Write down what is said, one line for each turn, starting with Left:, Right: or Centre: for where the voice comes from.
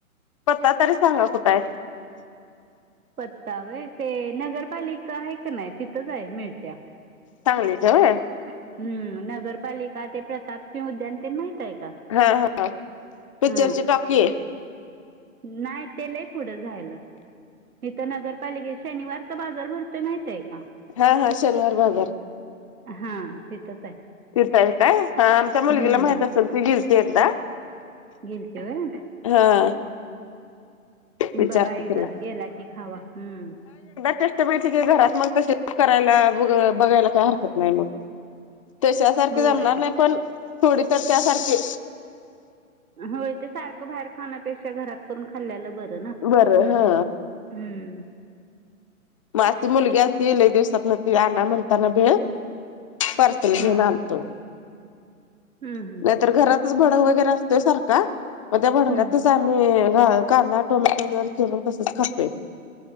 Left: पत्ता तरी सांगा कुठंय?
Right: पत्ता व्हय. ते नगरपालिका आहे का नाही तिथंच आहे मिळतेया.
Left: सांगलीत. हव
Right: हम्म. नगरपालिका ते प्रताप सिह- जनते माहित आहे का?
Left: हा हा पिक्चरची
Right: ह.
Left: टॉकी आहे
Right: नाही तेलाही पुढं झायलं इथ नगरपालिकेत शनिवारचा बाजार भरतोय माहितय का?
Left: हा हा शनिवार बाजार
Right: हा तिथच आहे
Left: तिथं आहे काय ह आमच्या मुलगीला
Right: हम्म
Left: माहित असेल ती गेलते एकदा
Right: गेलतेव
Left: हा विचारते
Right: बघा एकदाच
Left: तिला
Right: गेला की खावा हम्म
Left: ष्टहि क घरात मग त करायला बघायला काय हरकत नाही मग तश सारखे
Right: होय
Left: जमणार नाही पण थोडी तर त्यासारखी
Right: होय ते सारखं बाहेर खाण्यापेक्षा घरात करून खाल्ल्यालं बरं ना
Left: बरं हा
Right: हम्म
Left: मगी मुलगी अस तल दिवसात न ती आण म्हणताना भेळ पर््सल घेऊन
Right: हा
Left: आण तो
Right: हम्म हम्
Left: घरातच भड वगर असतोय सार त्या भ ी
Right: हम्म
Left: कांदा टोमॅटो वगैरे चिरून तसच खाे